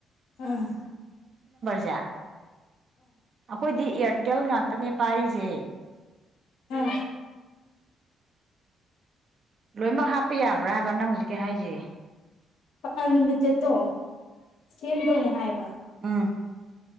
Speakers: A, on the left; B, on the right.
A: ꯎꯝ
B: ꯖ ꯑꯈꯣꯏꯗꯤ ꯇꯦꯂꯡꯥꯟ ꯅꯦ ꯄꯥꯏꯔꯤꯁꯦ
A: ꯎꯝ
B: ꯂꯣꯏꯅꯃꯛ ꯍꯥꯞꯄ ꯌꯥꯕ꯭ꯔꯥ ꯍꯥꯏꯕ ꯅꯪ ꯍꯧꯖꯤꯛꯀꯤ ꯍꯥꯏꯔꯤꯁꯦ
A: ꯄ ꯅꯨꯃꯤꯠꯇꯦꯠꯇꯣ ꯁꯦꯝꯗꯧꯅꯦ ꯍꯥꯏꯕ
B: ꯑꯥ